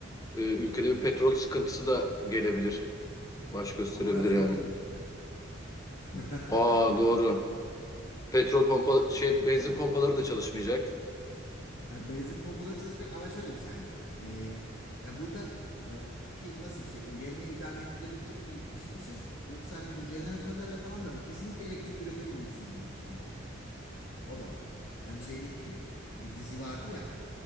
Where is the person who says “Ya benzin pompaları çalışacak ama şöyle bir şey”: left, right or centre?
Left